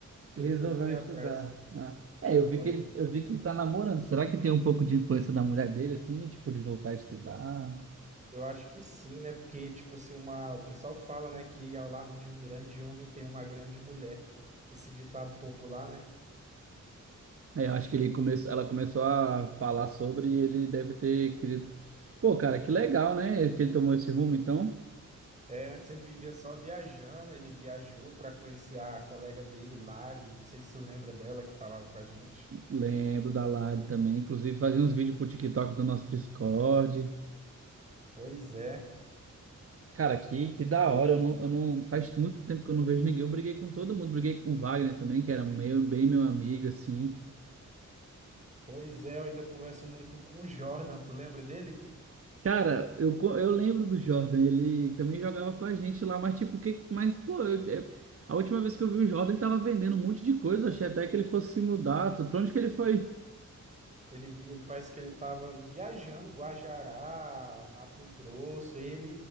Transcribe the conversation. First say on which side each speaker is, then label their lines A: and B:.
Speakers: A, on the right; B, on the right.
A: que
B: Resolveu
A: ele foi correr
B: estudar.
A: atrás.
B: Ah. É,
A: Foi.
B: eu vi que ele, eu vi que ele tá namorando. Será que tem um pouco de influência da mulher dele, assim, tipo, de voltar a estudar?
A: Eu acho que sim, né, porque, tipo assim, uma, o pessoal fala, né, que ao lado de um grande homem tem uma grande mulher. Esse ditado popular, né?
B: É, eu acho que ele começou, ela começou a falar sobre e ele deve ter querido. Pô, cara, que legal, né? Que ele tomou esse rumo, então.
A: É, antes ele vivia só viajando, ele viajou pra conhecer a colega dele, Lari, não sei se tu lembra dela que falava com a gente.
B: Lembro da Lari também. Inclusive, fazia uns vídeos pro TikTok do nosso Discord.
A: Pois é.
B: Cara, que, que da hora. Eu não, eu não, faz muito tempo que eu não vejo ninguém. Eu briguei com todo mundo. Briguei com o Wagner também, que era meu, bem meu amigo, assim.
A: Pois é, eu ainda converso muito com o Jordan, tu lembra dele?
B: Cara, eu, co- eu lembro do Jordan, ele também jogava com a gente lá, mas tipo, que, mas pô, eu- é- a última vez que eu vi o Jordan, ele tava vendendo um monte de coisa, eu achei até que ele fosse se mudar, tu- pra onde que ele foi?
A: Ele, vi- ele parece que ele tava viajando, Guajará, Mato Grosso, ele